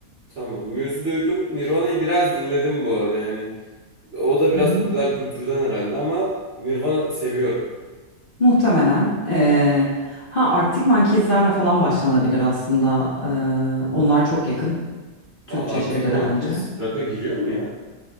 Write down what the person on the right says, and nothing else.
Tamam. Muse'u duydum. Nirvana'yı biraz dinledim bu arada yani. O da biraz
popüler kültürden herhalde ama Nirvana seviyorum.
Aa Arctic
Monkeys
rock'a giriyor mu ya?